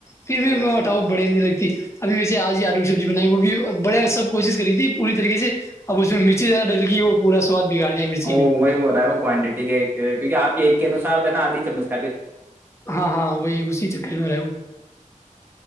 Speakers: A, on the left; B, on the right.
A: پھر بھیٹاؤ بڑے لگتی ابھی ویسے آج آلو کی سبزی بنائی وہ بھی بڑے سب کوشش <unintelligible> کر تھی پوری طریق سے <unintelligible> اب اس میں میچے زیادہ ڈل گی وہ <unintelligible> پورا سواد <unintelligible> مرچی
B: ا
A: نے
B: وہی ہو رہتا ہے وہ کوانٹیٹی کے کیکہ آپ ایک ین آدھی چمک <unintelligible>
A: ہاں ہاں وہی اسی چ <unintelligible>